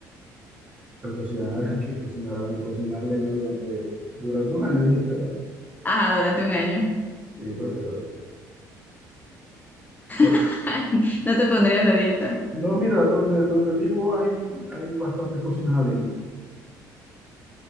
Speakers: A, on the right (about 20°); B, on the left (about 20°).
A: Pero cocinar, <laughs> que cocinar, me cocinar leña durante, durante un año, dijiste, ¿verdad?
B: Ah, durante un año.
A: Sí, prefiero eso. Porque
B: <laughs> No te pondrías a dieta.
A: No, mira, donde, donde vivo hay, hay bastantes cocinas a leña.